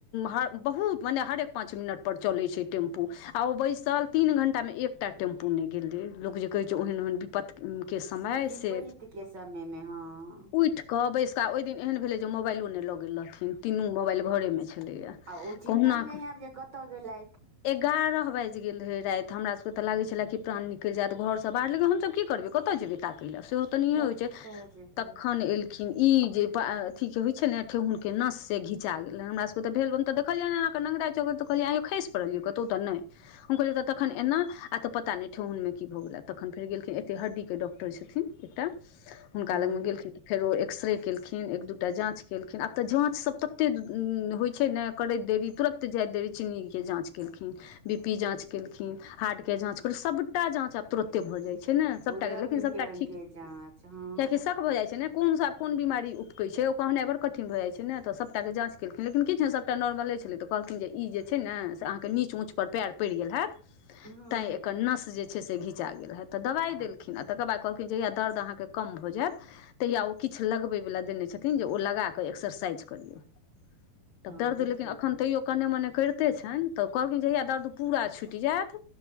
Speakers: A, on the left; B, on the right.
A: ह बहुत मने हरेक पांच मिनट पर चले छै टेम्पू आ ओ बैसल तीन घंटा मे एकटा टेम्पू नय गेलै लोक जे कहै छै ओहन ओहन विपत के समय
B: विपैत
A: से
B: के समय मे हँ
A: उठ कहऽ बैस कऽ ओहि दिन एहन भेलै जे मोबाइलो नय लऽ गेल रहथिन तीनू मोबाइल घरे मे छलैया।
B: आ ओ चिन्ता
A: कहुना कऽ
B: मे होयब जे कतऽ गेलथि।
A: एगारह बाजि गेल रहे राति हमर सभ के तऽ लागै छले कि प्राण निकलि जायत घरसँ बाहर लेकिन हमसभ की करबै कतय जेयबै ताकेए ल सेहो तऽ नय
B: कतऽ
A: होइ छै
B: जेबै
A: तखन एल खिन ई जे अथी के होय छै ने ठेहुन के नस से घिचा गेले हमरा सब के त भेल तऽ कहलिय <unintelligible> तऽ कहलियै य खैस पड़लियै कतो तऽ नय हम कहलिय तखन एना आ तऽ पता नय ठेहुन मे की भऽ गेल तखन फेर गेलखिन एत हड्डी के डक्टर छथिन एकटा हुनका
B: हँ
A: लग मे गेलखिन फेर ओ एक्स रे केलखिन एक दूटा जाँच केलखिन आब तऽ जाँच सब ततेक होइ छै न करैत देरी तुरन्त जाइत देरी चिन्नीके जाँच केलखिन बी पी जाँच केलखिन हार्टके जाँच सभटा जाँच अप तुरते भऽ जाय छैना सबटा
B: ओ रंग
A: लेकिन सबटा
B: बिरंग
A: ठीक
B: के जाँच हँ
A: कियाकि सबटा भऽ <unintelligible> जाइ छै कोनसा कोन बीमारी उपकै छै ओ कहनाइ बड़ कठिन भऽ जाइ छै ने तऽ सभटाे जाँच केलखिन लेकिन किछ ने सभ सभटा नॉर्मले छलै तऽ कहलखिन जे ई जे छै ने से अहाँके नीच ऊँचपर पैर पइड़ गेल हैत
B: हँ
A: तैं एकर नस जे छै से घिचा गेल हँ तऽ दवाइ
B: आ
A: देलखिन तकर बाद कहलखिन जहिया दर्द अहाँके कम भऽ जायत तहिया ओ किछ लगबै वाला देने छथिन जे ओ लगा कऽ एक्सरसाइज करियौ
B: हँ
A: तऽ दर्द
B: देखियौ
A: लेकिन एखन तैयओ कन्ने मने करिते छैन तऽ कहलखिन जहिया दर्द पूरा छुइट जायत